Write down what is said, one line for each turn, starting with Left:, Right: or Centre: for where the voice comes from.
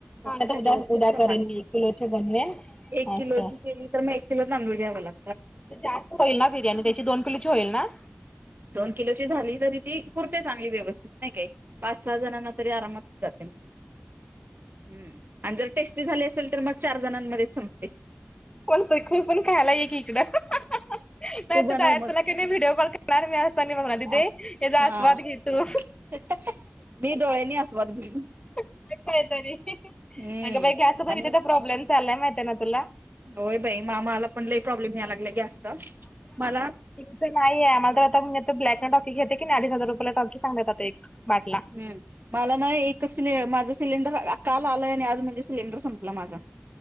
Left: हा
Right: त्याच्यावर
Left: नाही तर उद्या उद्या
Right: प्रमाण
Left: करेन
Right: राहतोय
Left: मी एक
Right: ते,
Left: किलोचे बनवेन
Right: एक किलोची.
Left: असं
Right: केली तर मग एक किलो तांदूल घ्यावं लाग
Left: तं जास्त होईल ना बिर्याणी, त्याची दोन किलोची होईल ना?
Right: दोन किलोची झाली तरी ती, पुरते चांगली व्यवस्थित नाही काही. पाच- सहा जणांना तरी आरामात जाते ना. हं.. आणि जर टेस्टी झाली असेल तर मग, चार जणांमध्येच संपते.
Left: चालतंय तू पण खायाला ये की इकडं, <unintelligible> नाहीतर
Right: तू बनव
Left: डायरेक्ट
Right: मग
Left: तुला का नाही व्हिडिओ कॉल क करणार मी असं आणि म्हणणार, दीदे
Right: आज.
Left: याचा
Right: हा
Left: आस्वाद घे तू.
Right: <unintelligible> मी डोळ्यांनी आस्वाद घेईन.
Left: उगाच काहीतरी,
Right: हम्म
Left: अगं बाई गॅसचा पण
Right: आणि
Left: इथं प्रॉब्लेम चाललाय माहिती आहे ना तुला.
Right: होय बाई म आम्हांला पण लई प्रॉब्लेम या लागलायं गॅसचा मला
Left: इथं नाही आहे आमाला तर आता, ब्लॅकँनं टॉकी घेतयं की नाही, अडीच हजार रुपयाला टॉकी सांगतात आता एक. बाटला
Right: हं... मला ना एक सिले माझंच सिलेंडर काल आलाय आणि आज म्हणजे सिलेंडर संपला माझा.